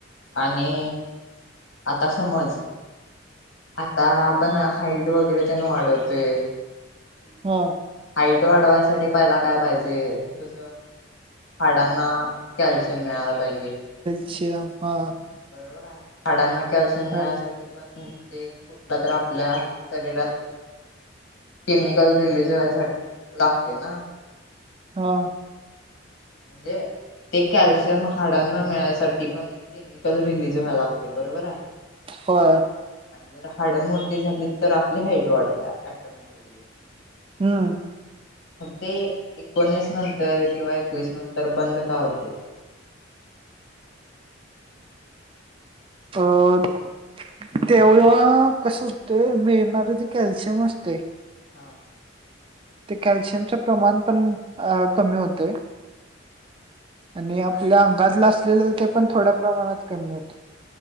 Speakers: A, on the left; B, on the right.
A: आणि आता समज आता आपण
B: हा
A: हाईट वगैरे त्यांना वाढवते
B: हा
A: हाईट वाढवायसाठी पहिला काय पाहिजे तुझ हाडांना कॅल्शियम मिळाला पाहिजे
B: <inaudible>
A: बरोबर आहे झाडांना कॅल्शियम मिळासाठी
B: हा
A: पण ते कुठला तर आपल्या शरीरात केमिकल रिलीज वयसाठी लागते ना
B: हं
A: म्हणजे ते कॅल्शियम हाडांना मिळायसाठी पण एक केमिकल रिलीज व्हा लागत. ते बरोबर आहे
B: होय
A: अज रा हाड मोठी झाली तर आपली हाईट वाढतया ऍटोमॅटिकली
B: हम्म <inaudible>
A: ते एकोणीस नंतर किंवा एकवीस नंतर बंद का होते
B: अं तेव्हा कस होत मिळणारे ते कॅल्शियम असतय
A: हा
B: ते कॅल्शियमचे प्रमाण पण अ कमी होतय आणि आपल्या
A: नाही
B: अंगातलं
A: तसं
B: असलेलं
A: कसे काय
B: ते
A: कमी
B: पण
A: होते
B: थोड्या प्रमाणात कमी होते